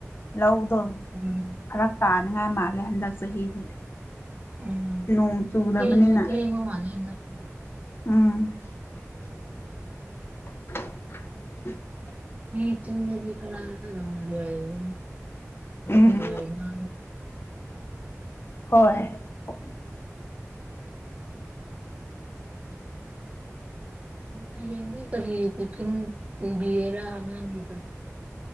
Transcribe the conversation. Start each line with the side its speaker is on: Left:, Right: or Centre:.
Left: ꯂꯧ ꯑꯣ
Right: ꯎꯝ
Left: ꯐꯔꯛ ꯇꯥꯅꯤꯡꯉꯥꯏ ꯃꯥꯜꯂꯦ ꯍꯟꯗꯛ ꯆꯍꯤꯗꯤ
Right: ꯎꯝ
Left: ꯅꯣꯡ ꯆꯨꯗꯕꯅꯤꯅ
Right: ꯊꯦꯡꯁꯨ ꯊꯦꯡꯕ ꯃꯥꯜꯂꯦ ꯍꯟꯗꯛꯀꯣ
Left: ꯎꯥ <unintelligible>
Right: ꯎꯝ ꯤꯟꯒꯤ ꯈꯔꯗ
Left: ꯎꯝ
Right: ꯍꯥꯏ ꯑ
Left: ꯍꯣꯏ <unintelligible>
Right: ꯎ ꯍꯌꯦꯡ ꯀꯔꯤ ꯇꯆꯤꯟ ꯄꯨꯕꯤꯒꯦꯔꯥ ꯑꯉꯥꯡꯒꯤꯗ